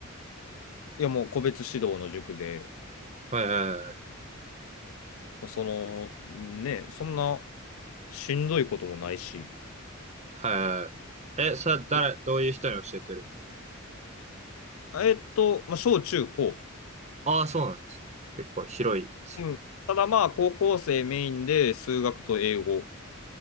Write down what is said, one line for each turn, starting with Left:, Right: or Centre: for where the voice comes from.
Left: いやもう個別指導の塾で、
Right: いはいはい。
Left: その、ね、そんなしんどいこともないし。
Right: はいはい。え、それは誰、
Left: い
Right: どういう人に教えてるんですか
Left: えっと、まあ、小中高。
Right: ああ、そうなんですね。結構広いですね。
Left: うん。ただまあ、高校生メインで数学と英語